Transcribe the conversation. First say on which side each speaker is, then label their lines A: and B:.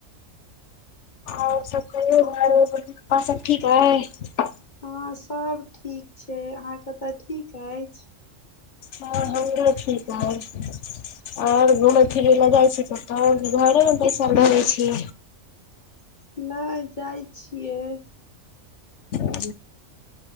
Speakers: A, on the left (about 65°); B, on the left (about 35°).
A: ओर सब कहयो <unintelligible> और सब ठीक है
B: हँ सभ ठीक छै अहाँके ओतऽ ठीक अछि
A: हँ होमरो ठीक हइ ओर घूमै फिरै लए जाइ छी कतो की कह घरे मे बैसल रहैय छी
B: ने जाइ छियै
A: <inaudible>